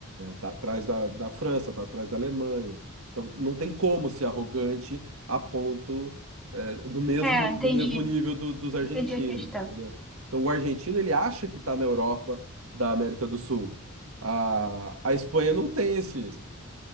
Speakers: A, on the right; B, in the centre.
A: Tá atrás da, da França, tá atrás da Alemanha. Então, não tem como ser arrogante a ponto, é, do mesmo,
B: É, entendi.
A: do mesmo nível do- dos argentinos,
B: Entendi a questão.
A: entendeu? Então, o argentino, ele acha que está na Europa da América do Sul. A, a Espanha não tem esse,